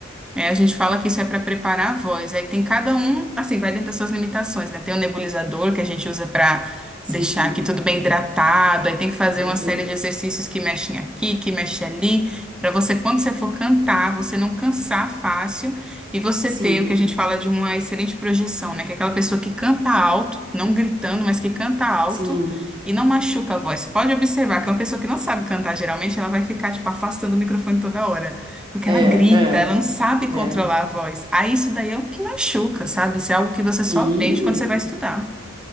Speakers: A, in the centre; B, on the right (about 20°).
A: É, a gente fala que isso é para preparar a voz. Aí tem cada um, assim, vai dentro das suas limitações, né? Tem o nebulizador que a gente usa para
B: Sim.
A: deixar aqui tudo bem hidratado. Aí tem que fazer
B: Cuidado.
A: uma série de exercícios que mexem aqui, que mexem ali, para você, quando você for cantar, você não cansar fácil e você
B: Sim,
A: ter o que a gente fala de uma excelente projeção, né? Que é aquela pessoa que canta alto, não gritando, mas que canta alto.
B: sim.
A: E não machuca a voz. Pode observar que uma pessoa que não sabe cantar, geralmente, ela vai ficar, tipo, afastando o microfone toda hora. Porque
B: É,
A: ela grita,
B: é,
A: ela não sabe controlar
B: é.
A: a voz. Aí isso daí é o que machuca, sabe? Isso é algo que você
B: Sim,
A: só aprende quando você vai estudar.